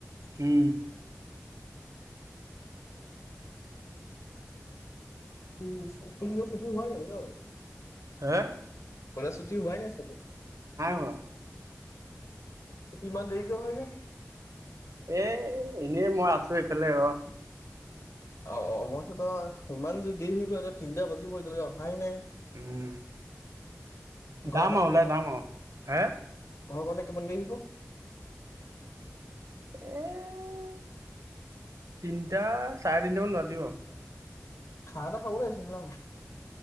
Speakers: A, on the right; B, on the left.
A: উম।
B: উম স্কুল চুটি হোৱাই নাই ন?
A: হা?
B: কলেজ ছুটি হোৱাই নাই চাগে?
A: হোৱা।
B: ইমান দেৰিকে হয়নে?
A: এ এনেই মই আছো এইফালে ৰ
B: অ', অ', মইছত ইমান দেৰি হৈ গ'ল এতিয়া তিনিটা বাজিব এতিয়ালৈকে অহাই নাই।
A: উম,
B: ঘৰৰ
A: যাম আৰু ওলাই যাম আৰু হা?
B: ঘৰৱানে কিমান দেৰি হ'ব?
A: এ তিনিটা, চাৰে তিনটাামান বাজিব।
B: খানা এটা খাব লাগিছিল ন।